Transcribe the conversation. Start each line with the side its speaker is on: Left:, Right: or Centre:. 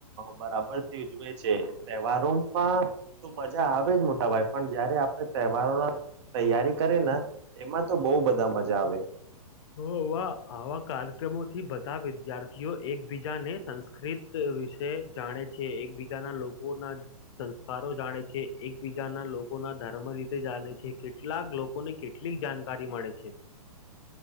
Right: બરાબરથી ઉજવે છે, તહેવારો તો મજા આવે જ મોટા ભાઈ પણ જયારે આપણે તહેવારોના તૈયારી કરે ને, એમાં તો બહ બધા મજા આવે.
Left: હ વા આવા કાર્યક્રમોથી બધા વિદ્યાર્થીઓ એકબીજાને સંસ્કૃત વિશે જાણે છે એકબીજા ના લોકો ના સંસ્કારો જાણે છે એકબીજાના લોકો ના ધર્મ રીતે જાણે છે. કેટલાક લોકોને કેટલીક જાણકારી મળે છે.